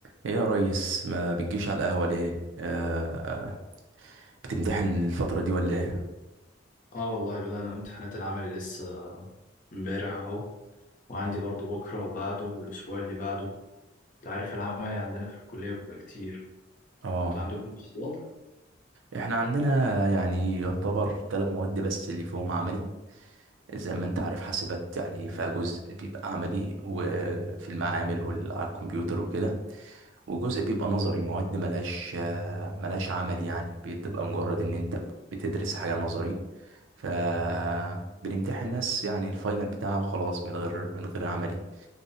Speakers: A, on the right; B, on the left.
A: ايه يا ريس ما بتجيش على القهوة ليه آه بتمتحن الفترة دي ولا ايه
B: اه والله بدأنا امتحانات العمل لسه امبارح اهو وعندي برضو بكرة وبعده والأسبوع اللي بعده انت عارف العملي عندنا في الكلية بيبقى كتير
A: اه
B: انتوا عندكم نفس الوضع؟
A: احنا عندنا يعني يعتبر ثلاث مواد بس اللي فيهم عملي زي ما انت عارف حاسبات يعني فيها جزء بيبقى عملي وفي المعامل وعلى الكمبيوتر وكده وجزء بيبقى نظري مواد ملهاش آه، ملهاش عمل يعني بتبقى مجرد ان انت بتدرس حاجة نظري فبنمتحن ناس يعني الفاينل بتاعها وخلاص من غير من غير عملي